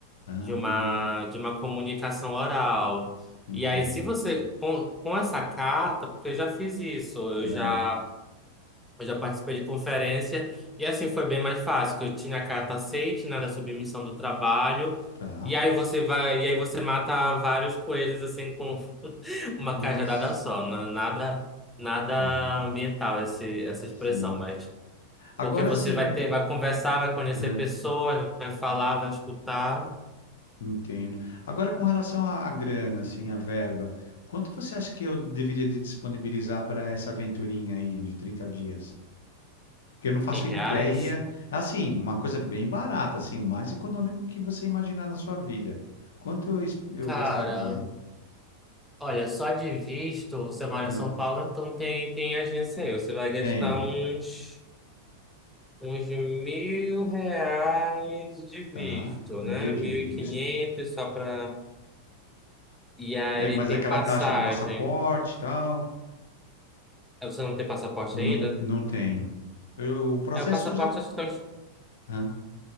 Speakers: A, on the left; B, in the centre.
A: Ah,
B: de uma, de uma comunicação oral.
A: entenda.
B: E aí, se você, com, com essa carta, porque eu já fiz isso, eu
A: Ah,
B: já, eu já participei de conferência, e assim foi bem mais fácil, que eu tinha a carta aceite, né, da submissão do trabalho,
A: tá.
B: e aí você vai, e aí você mata vários coelhos, assim, com <laughs> uma
A: Nossa.
B: cajadada só, na- nada, nada
A: Tá.
B: ambiental esse, essa
A: Sim.
B: expressão, mas...
A: Agora
B: Porque você
A: sim.
B: vai ter, vai conversar, vai conhecer
A: Aham,
B: pessoas, vai falar, vai escutar
A: entendo. Agora com relação à, à grana, assim, à verba, quanto você acha que eu deveria de disponibilizar para essa aventurinha aí de 30 dias? que eu não faço
B: em
A: ideia.
B: reais.
A: Assim, uma coisa bem barata, assim, o mais econômico que você imaginar na sua vida. Quanto eu, es- eu
B: Cara,
A: gastaria?
B: olha, só de visto, você mora
A: Ah,
B: em São Paulo, então tem, tem agência aí. Você vai gastar
A: tenho,
B: uns, uns mil reais de visto,
A: tá? Mil
B: né?
A: de
B: Mil
A: visto.
B: e quinhentos só pra... E aí
A: É, mas
B: tem
A: aquela
B: passagem.
A: taxa do passaporte e tal,
B: Aí Você não tem passaporte
A: não,
B: ainda?
A: não tenho. Eu- o processo
B: É, o passaporte
A: já.
B: acho que tá uns,
A: Hã?